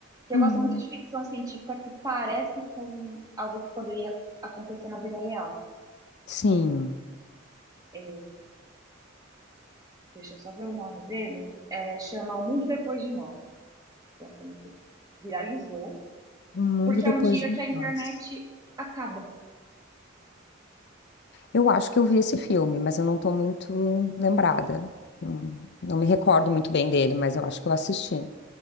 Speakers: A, on the right (about 20°); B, on the left (about 55°).
A: que
B: Hum,
A: eu gosto muito de ficção científica que parece com algo que poderia acontecer na vida real.
B: sim.
A: É, deixa eu só ver o nome dele. É, chama O Mundo Depois de Nós. É um filme que viralizou,
B: O Mundo
A: porque
B: Depois
A: é um dia
B: de
A: que a internet
B: Nós.
A: acaba.
B: Eu acho que eu vi esse filme, mas eu não estou muito lembrada. Hum, não me recordo muito bem dele, mas eu acho que eu assisti.